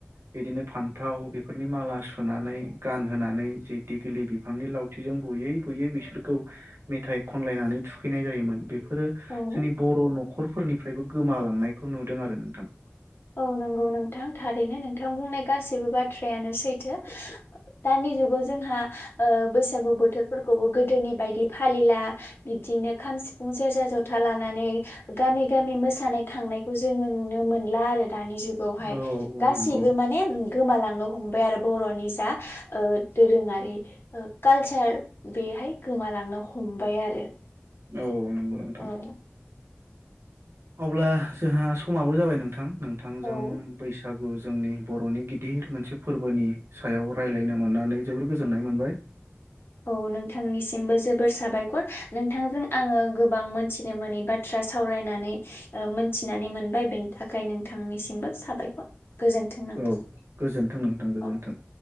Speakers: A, on the right; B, on the left.
A: बिदिनो फान्थाव बेफोरनि माला सुनानै गानहोनानै जे दिग्लि बिफांनि लावथिजों बुुयै बुुयै बिसोरखौ मेथाय खनलायनानै थुखैनाय जायोमोन बे बेफोरो
B: औ
A: जोंनि बर' न'खरफोरनिफ्रायबो गोमालांनायखौ नुदों आरो नोंथां
B: औ नोंगौ नोंथां थारैनो नोंथां बुंनाय गासैबो बाथ्रायानो सैथो दानि जुगाव जोंहा ओ बैसागु बोथोरफोरखौबो गोदोनि बायदि फालिला बिदि बिदिनो खाम, सिफुं, सेरजा, जथा लानानै गामि- गामि मोसानाय थांनायखौ जोंङो नुनो मोनला आरो दानि जुगावहाय
A: औ
B: गासैबो
A: नंगौ
B: माने गोमालांनो हमबाय आरो बर'नि जा ओ दोरोंङारि ओ कालचार बे फाय गोमालांनो हमबाय आरो
A: औ नंगौ नोंथां
B: औ <inaudible>
A: अब्ला जोंहा समाबो जाबाय नोंथां नोंथांजों
B: औ
A: बैसागु जोंनि बर'नि गिदि गिदिर मोनसे फोरबोनि सायाव रायलायनो मोननानै जोबोर गोजोननाय मोनबाय
B: औ नोंथांनिसिम हिमबो जोबोर साबायखर नोंथांजों आङो गोबां मोनथिनो मोननि बाथ्रा सावरायनानै ओ मोनथिनानै मोनबाय बेनि थाखाय नोंथांनिसिमबो साबायखर गोजोन्थों नोंथां
A: औ गोजोनथों नोंथां
B: औ
A: गोजोनथों